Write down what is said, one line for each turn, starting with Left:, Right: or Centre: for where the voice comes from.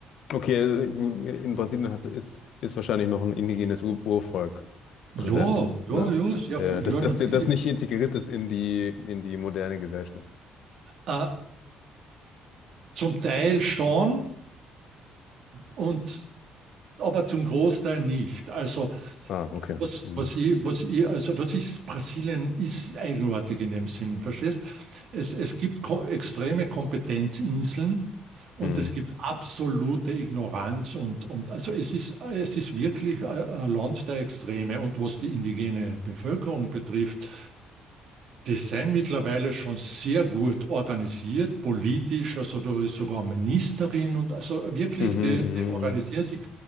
Left: okay, in Brasilien hat, ist, ist wahrscheinlich noch ein indigenes Ur Urvolk
Right: Ja,
Left: präsent,
Right: ja,
Left: ne?
Right: ja, sehr
Left: Ja,
Right: viel.
Left: das,
Right: Ja,
Left: das,
Right: natürlich.
Left: das nicht integriert ist in die, in die moderne Gesellschaft.
Right: Äh, zum Teil schon. Und aber zum Großteil nicht. Also,
Left: Ah, okay.
Right: was,
Left: Mhm.
Right: was ich, was ich, also das ist, Brasilien ist eigenartig in dem Sinn, verstehst? Es, es gibt ko extreme Kompetenzinseln und
Left: Mhm.
Right: es gibt absolute Ignoranz und, und also es ist, es ist wirklich ein ein Land der Extreme. Und was die indigene Bevölkerung betrifft, die sind mittlerweile schon sehr gut organisiert, politisch, also da ist sogar eine Ministerin und also wirklich,
Left: Mhm,
Right: die,
Left: mhm,
Right: die organisieren sich.